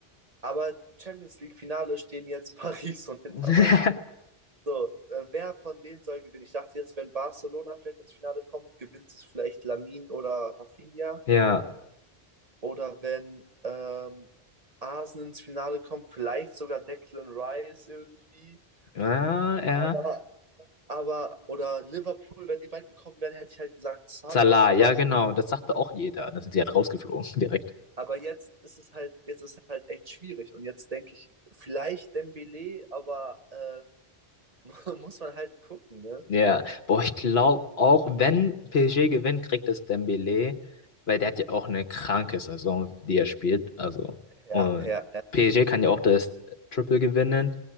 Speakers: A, on the right; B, on the left.
A: aber Champions League Finale stehen jetzt <laughs> Paris und Inter
B: <laughs>
A: Mailand. So, äh, wer von denen soll gewinnen? Ich dachte jetzt, wenn Barcelona vielleicht ins Finale kommt, gewinnt es vielleicht Lamin oder Rafinha.
B: Ja.
A: Oder wenn ähm, Arsenal ins Finale kommt, vielleicht sogar Declan Rice irgendwie.
B: Ja, ja.
A: Aber, aber, oder Liverpool, wenn die beiden gekommen wären, hätte ich halt gesagt Salah,
B: Salah,
A: aber
B: ja, genau. Das sagte auch jeder. Dann sind sie halt rausgeflogen <laughs> direkt.
A: Aber jetzt ist es halt, jetzt ist es halt echt schwierig. Und jetzt denke ich, vielleicht Dembélé aber äh, <laughs> muss man halt gucken, ne?
B: Ja. Boah, ich glaube auch, wenn PSG gewinnt, kriegt es Dembélé, weil der hat ja auch eine kranke Saison, die er spielt. Also,
A: Ja,
B: und
A: ja, ja.
B: PSG kann ja auch das Triple gewinnen.